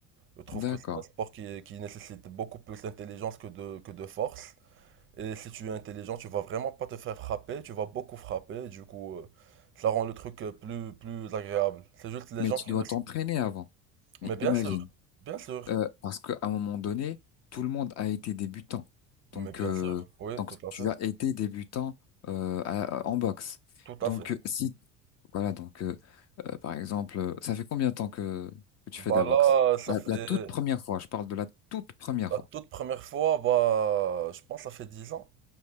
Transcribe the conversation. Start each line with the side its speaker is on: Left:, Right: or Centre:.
Right: Je trouve
Left: d'accord.
Right: que c'est un sport qui, qui nécessite beaucoup plus d'intelligence que de, que de force. Et si tu es intelligent, tu vas vraiment pas te faire frapper, tu vas beaucoup frapper, du coup, euh, ça rend le truc euh, plus, plus agréable. C'est juste les
Left: Mais
Right: gens
Left: tu
Right: qui
Left: dois
Right: ne...
Left: t'entraîner avant. Mais
Right: Mais bien
Left: imagine,
Right: sûr, bien sûr,
Left: euh, parce qu'à un moment donné, tout le monde a été débutant. Donc,
Right: mais bien
Left: euh,
Right: sûr, oui,
Left: donc
Right: tout à
Left: tu
Right: fait,
Left: as été débutant euh, à- à- en boxe.
Right: tout
Left: Donc,
Right: à fait.
Left: euh, si, voilà, donc, euh, euh, par exemple, euh, ça fait combien de temps que, que tu
Right: Bah
Left: fais de la
Right: là,
Left: boxe?
Right: ça
Left: La,
Right: fait
Left: la toute première fois, je parle de la toute première
Right: la
Left: fois.
Right: toute première fois, bah, je pense que ça fait 10 ans.